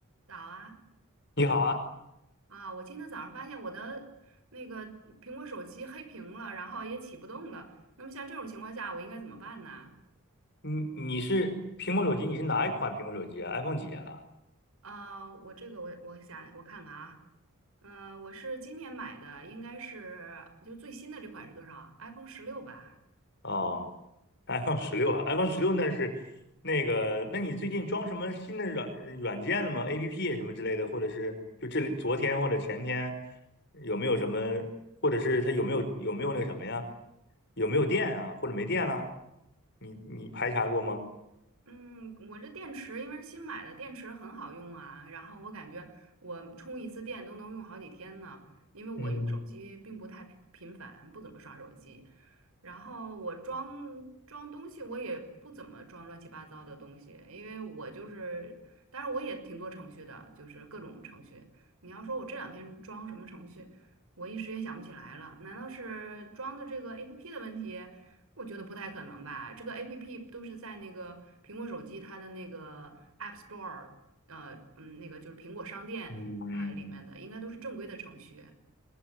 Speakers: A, on the right (about 75°); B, on the left (about 50°).
A: 早啊
B: 你好啊，
A: 啊！我今天早上发现我的那个苹果手机黑屏了，然后也启不动了。那么像这种情况下，我应该怎么办呢？
B: 你你是苹果手机，你是哪一款苹果手机啊？iPhone 几啊？
A: 呃，我这个我我想我看看啊，嗯、我是今年买的，应该是就最新的这款是多少 i p h o n e 十六吧。
B: 哦，iPhone 十六啊，iPhone 十六那是那个，那你最近装什么新的软软件了吗？APP 什么之类的，或者是就这里昨天或者前天有没有什么，或者是它有没有有没有那个什么呀？有没有电啊？或者没电了？你你排查过吗？
A: 嗯，我这电池因为是新买的，电池很好用啊。然后我感觉我充一次电都能用好几天呢，因为我用手机并不太频频繁，
B: 嗯
A: 不怎么刷手机。然后我装装东西，我也不怎么装乱七八糟的东西，因为我就是，当然我也挺多程序的，就是各种程序。你要说我这两天装什么程序，我一时也想不起来了。难道是装的这个 APP 的问题？我觉得不太可能吧，这个 APP 都是在那个苹果手机它的那个 App Store，呃，嗯，那个就是苹果商店，
B: 嗯，
A: 呃，里面的应该都是正规的程序，